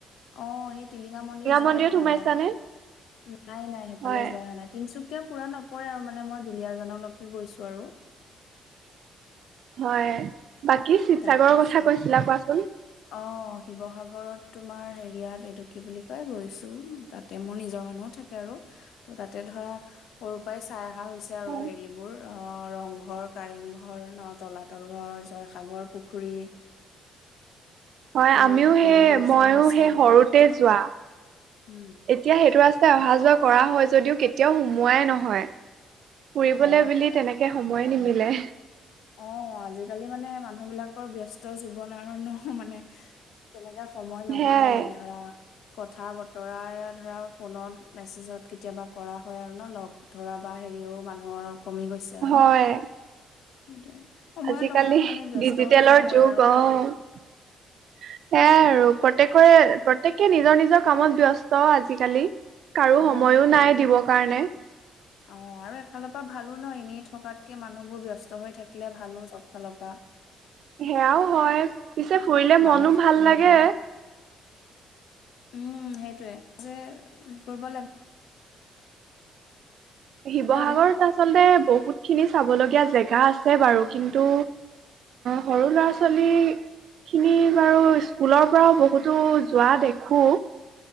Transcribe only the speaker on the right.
মন্দিৰত
সোমাইছানে
হয়
হয় বাকী শিৱসাগৰৰ
কথা কৈছিলা কোৱাচোন
হয়
হয়
আমিও
সেই মইও
সেই
সৰুতে যোৱা
এতিয়া সেইটো ৰাস্তাই অহা যোৱা কৰা হৈছে যদিও কেতিয়াও সুমোৱাই নহয় ফুৰিবলৈ
বুলি তেনেকে শ সময় নিমিলে
সেয়াই
হয়।
আজিকালি
ডিজিটেলৰ
যুগ
অ
সেইয়াই আৰু প্ৰত্যেক কৈ প্ৰতয়েকে। নিজৰ নিজৰ কামত ব্যস্ত আজিকালি কাৰো
সময়ো
নাই দিব কাৰণে
সেয়াও হয়, পিছে ফুৰিলে
মনো ভাল লাগে।
শিৱসাগৰত
আচলতে। বহুতখিনি চাবলগীয়া জেগা আছে বাৰু, কিন্তু সৰু ল'ৰা ছোৱালীখিনি বাৰু স্কুলৰ পৰাও বহুতো যোৱা দেখোঁ।